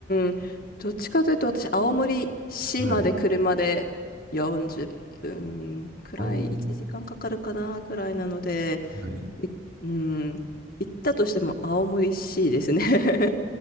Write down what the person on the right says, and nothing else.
い。おー、
はい。